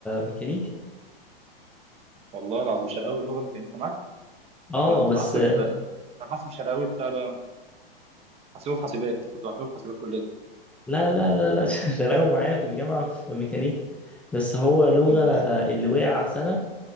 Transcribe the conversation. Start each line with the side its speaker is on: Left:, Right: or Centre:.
Centre: ميكانيك
Right: والله العظيم شرقاوي اللغه ما كانتش معاك
Centre: اه
Right: انا كنت
Centre: بس
Right: بحسب
Centre: آه،
Right: انا بحسب شرقاوي بتاع ده بحسبه في حاسبات كنت بحسبه في حاسبات كل ده
Centre: لا لا لا لا <laughs> شرقاوي معايا في الجامعة في ميكانيك بس هو لغة
Right: امم
Centre: آه، اللي وقع سنة